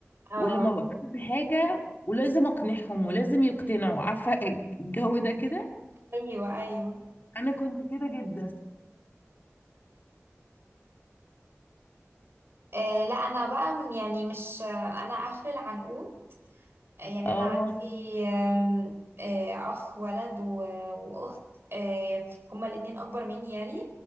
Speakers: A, on the right; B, on the left.
A: اه
B: ولما بقترح بحاجة ولازم اقنعهم ولازم يقتنعوا عارفة الجو ده كده
A: ايوه ايوه
B: انا كنت كده جدا
A: آه، لا انا بقى م- يعني مش آه، انا اخر العنقود يعني
B: اه
A: انا عندي آم، آه، اخ ولد و- واخت آه، هما الاتنين اكبر مني يعني